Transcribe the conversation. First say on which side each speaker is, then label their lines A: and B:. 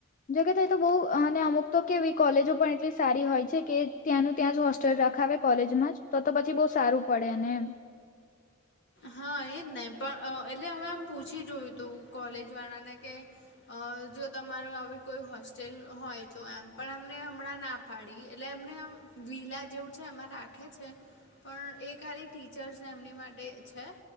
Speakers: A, on the left (about 35°); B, on the left (about 55°).
A: જગત એ તો બઉ અને અમુક તો કેવી કોલેજો પણ એટલી સારી હોય છે કે ત્યાંનું ત્યાં જ હોસ્ટેલ રખાવે કોલેજમાં જ તો તો પછી બહું સારું પડે એને એમ.
B: હા એ જ ને પણ અ એટલે હવે આમ પૂછી જોયું તું કોલેજ વાળાને કે અ જો તમારું આવી કોઈ હોસ્ટેલ હોય તો એમ પણ એમને હમણાં ના પાડી એટલે એમને એમ વીલા જેવું છે એમાં રાખે છે. પણ એ ખાલી ટીચર્સને એમની માટે છે